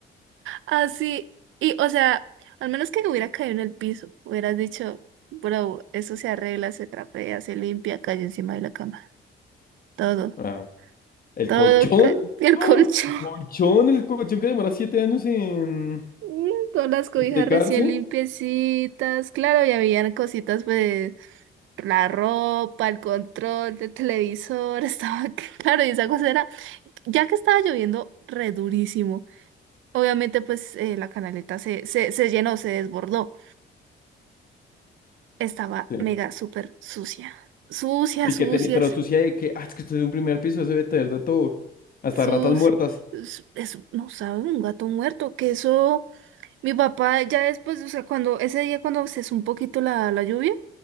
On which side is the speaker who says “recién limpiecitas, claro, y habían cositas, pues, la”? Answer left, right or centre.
Right